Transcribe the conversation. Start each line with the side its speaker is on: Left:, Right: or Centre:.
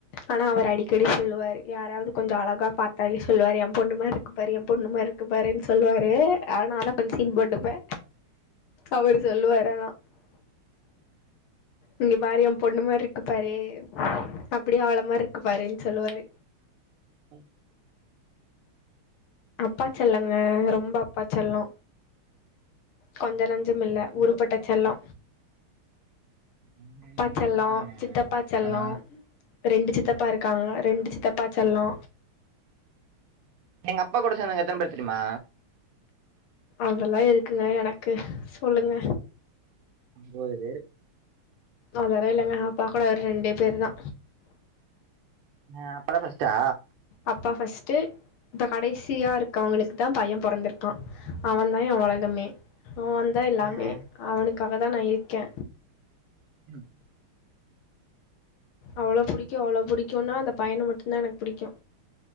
Left: ஆனா அவர் அடிக்கடி சொல்லுவார் யாராவது கொஞ்சு அழகா பாத்தாலே சொல்லுவாரு எ பொண்ணுமா இரு இப்பாரு பொண்ணுமா இருக்கு பாருனு சொல்லுவாரு ஆனால கொஞ்சு சீன் போட்டுப்பே அவரு சொல்லுவாரு ஆனா இங்க பாரு எ பொண்ணு மாரி இருக்கு பாரு அப்டியே அவள மாரி இருக்கு பாருன்னு சொல்லுவாரு
Right: ம்
Left: அப்பாச் செல்லங்க ரொம்போ அப்பா செல்லோ கொஞ்சோ நஞ்சம் இல்ல ஊரு
Right: அப்படிதான்
Left: பட்ட செல்லோ
Right: எங்க வீட்லியு
Left: செல்லம்
Right: அப்டிதாங்க
Left: சித்தப்பா செல்லம்
Right: தா
Left: ரெண்டு சித்தப்பா இருக்காங்க ரெண்டு சித்தப்பா செல்லோ
Right: எங்க அப்பா கூட சேந்தவங்க எத்தன பேர் தெரிமா
Left: அதெல்லா எதுக்குங்க எனக்கு சொல்லுங்க
Right: போரது
Left: அதெல்லா இல்லங்க அப்பா கூட ஒரு ரெண்டே பேரு தா
Right: ஆ அப்பாதா ஃபஸ்ட்டா
Left: அப்பா ஃபஸ்ட்டு இப்ப கடைசியா இருக்கவங்களுக்கு தா பைய பொறந்ருக்கா அவேந்தா ஏ ஒலகமே அவேந்தா எல்லாமே
Right: ஆ
Left: அவனுக்காகதா நா இருக்கே
Right: ம்
Left: அவ்ளோ புடிக்கு அவ்ளோ புடிக்குன்னா அந்த பையன மட்டுதா எனக்கு புடிக்கு